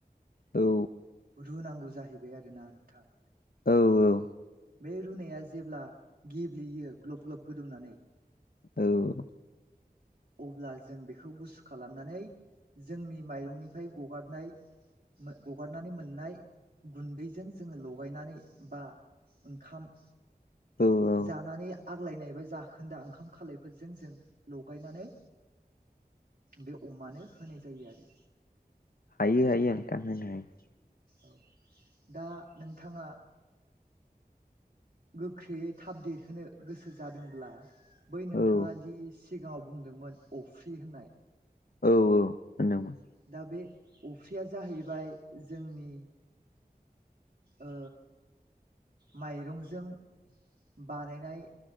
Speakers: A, on the left; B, on the right.
A: औ
B: रुनांगौ जाहैबाय आरोना नोंथां।
A: औ औ।
B: बे रुनाया जेब्ला गेब्लेयो ग्लब ग्लब गोदौनानै।
A: औ।
B: <inaudible> अब्ला जों बेखौ गुसु खालामनानै जोंनि माइरंनिफ्राय गगारनाय गगारनानै मोननाय गुन्दैजों जोङो लगायनानै बा ओंखाम
A: औ औ
B: जानानै आग्लायनाय बा जाखोन्दा ओंखाम खालायफोरजों जों लगायनानै बे अमानो होनाय जायो आरो
A: हायो हायो नोंथां होनो हायो
B: औ दा नोंथाङा गोख्रैयै थाब देरहोनो गोसो जादोंब्ला बै
A: हायो
B: नोंथाङा दि सिगाङाव बुंदोंमोन अफ्रि होननाय
A: औ औ होनदोंमोन
B: दा बे अफ्रिया जाहैबाय जोंनि ओ माइरं जों बानायनाय